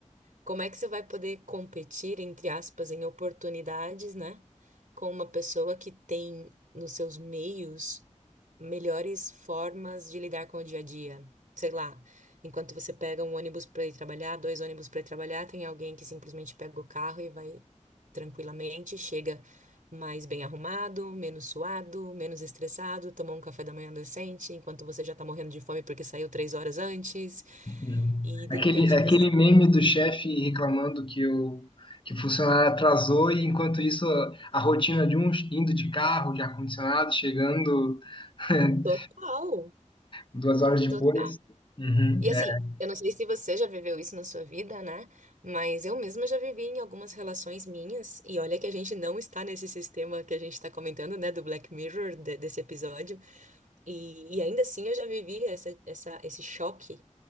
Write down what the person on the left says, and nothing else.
uhum.
Aquele,
aquele
meme do chefe reclamando que o, que o funcionário atrasou e, enquanto isso, a, a rotina de um indo de carro, de ar-condicionado, chegando <laughs>
Duas horas depois,
Uhum,
é,